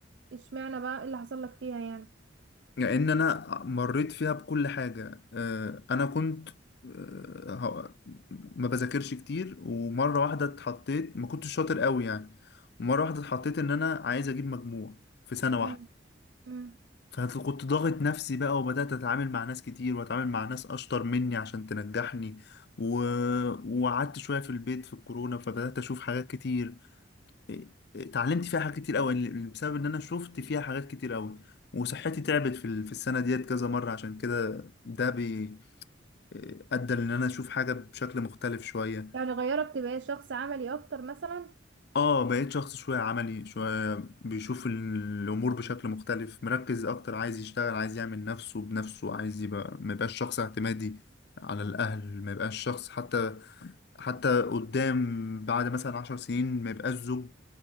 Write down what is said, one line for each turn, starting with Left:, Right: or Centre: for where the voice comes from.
Right: اشمعنى بقى إيه اللي حصل لك فيها يعني
Left: لان انا مريت فيها بكل حاجه آه، انا كنت آه، هو- ما بذاكرش كتير ومره واحده اتحطيت ما كنتش شاطر قوي يعني ومره واحده اتحطيت ان انا عايز اجيب مجموع في سنه واحده
Right: امم امم
Left: فكنت ضاغط نفسي بقى وبدأت أتعامل مع ناس كتير وأتعامل مع ناس أشطر مني عشان تنجحني و... وقعدت شوية في البيت في الكورونا فبدأت أشوف حاجات كتير إيه، إيه، اتعلمت فيها حاجات كتير أوي ل- بسبب إن أنا شفت فيها حاجات كتير أوي وصحتي تعبت في ال- في السنة ديت كذا مرة عشان كده ده بي... إيه، أدى إن أنا أشوف حاجة بشكل مختلف شوية
Right: يعني غيرك تبقى شخص عملي اكتر مثلا
Left: اه بقيت شخص شوية عملي شوية بيشوف الأمور بشكل مختلف مركز أكتر عايز يشتغل عايز يعمل نفسه بنفسه عايز يبقى ما يبقاش شخص اعتمادي على الأهل ما يبقاش شخص حتى حتى قدام بعد مثلا عشر سنين ما يبقاش زوج